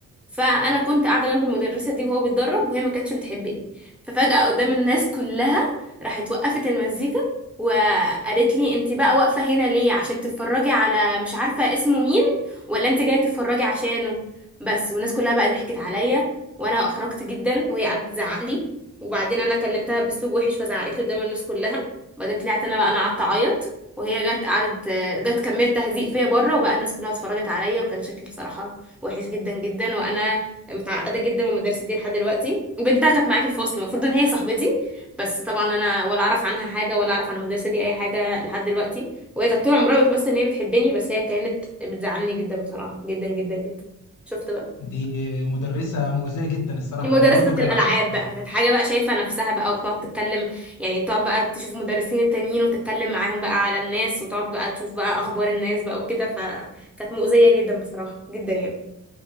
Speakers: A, in the centre; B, on the left.
A: فأنا كنت قاعدة جنب المدرسة دي وهو بيتدرب وهي ما كانتش بتحبني ففجأة قدام الناس كلها راحت وقفت المزيكا وقالت لي انت بقى واقفة هنا ليه عشان تتفرجي على مش عارفة اسمه مين ولا انت جاية تتفرجي عشانه بس والناس كلها بقى ضحكت عليا وانا احرجت جدا وهي قعدت تزعق لي وبعدين انا كلمتها باسلوب وحش فزعقت لي قدام الناس كلها وبعدين طلعت انا بقى انا قعدت اعيط وهي جت قعدت جت كملت تهزيق فيا بره وبقى الناس كلها اتفرجت عليا وكان شكلي بصراحة وحش جدا جدا وانا متعقدة جدا من المدرسة دي لحد دلوقتي وبنتها كانت معايا في الفصل المفروض ان هي صاحبتي بس طبعا انا ولا اعرف عنها حاجه ولا اعرف عن المدرسه دي اي حاجه لحد دلوقتي وهي كانت طول عمرها بتمثل ان هي بتحبني بس هي كانت بتزعلني جدا بصراحه جدا جدا جدا شفت بقى
B: دي مدرسه مؤذيه جدا الصراحه
A: دي مدرسه
B: انا برضو
A: بتاعت
B: كان
A: الالعاب
B: عندي
A: بقى كانت حاجه بقى شايفه نفسها بقى وبتقعد تتكلم يعني تقعد بقى تشوف المدرسين التانيين وتتكلم معاهم بقى على الناس وتقعد بقى تشوف بقى اخبار الناس بقى وكده فكانت مؤذيه جدا بصراحه جدا يعني